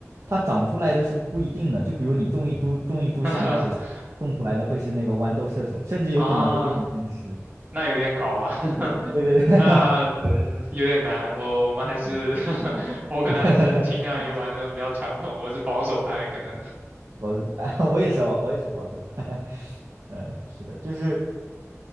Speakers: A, on the right; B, on the right.
A: 它长出来的是不一定的。就比如你种一株种一株向日葵，
B: <laughs>
A: 种出来的会是那个豌豆射手，甚至有可能会变成僵尸。
B: 啊，那有点搞啊，<laughs>
A: 对对对，
B: 那嗯有点难，
A: <laughs> 对
B: 我我们还是
A: 嗯
B: <laughs> 我可能还是倾向于玩那种比较传统，
A: <laughs>。
B: 我是保守派可能，
A: 保守派，<laughs> 我也是，我也是保守派。<laughs> 嗯，是的，就是